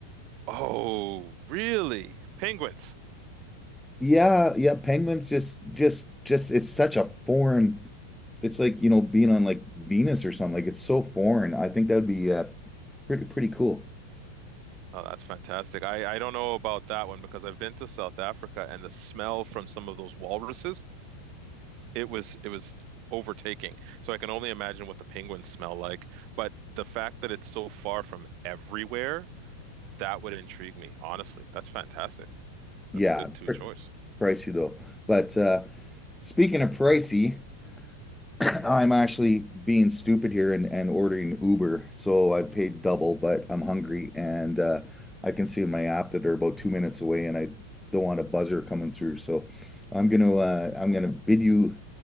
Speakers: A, on the right; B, in the centre.
A: Oh, really? Penguins.
B: Yeah, yeah, penguins just just just it's such a foreign. It's like, you know, being on like Venus or something. Like it's so foreign. I think that would be uh, pretty pretty cool.
A: Oh, that's fantastic. I, I don't know about that one because I've been to South Africa and the smell from some of those walruses, it was it was overtaking. So I can only imagine what the penguins smell like. But the fact that it's so far from everywhere, that would intrigue me, honestly. That's fantastic.
B: Yeah,
A: That's a good two
B: pr
A: choice.
B: pricey though. But uh, speaking of pricey. <coughs> <clears throat> I'm actually being stupid here and, and ordering Uber. So I paid double, but I'm hungry and uh, I can see in my app that they're about two minutes away and I don't want a buzzer coming through. So I'm gonna uh, I'm gonna bid you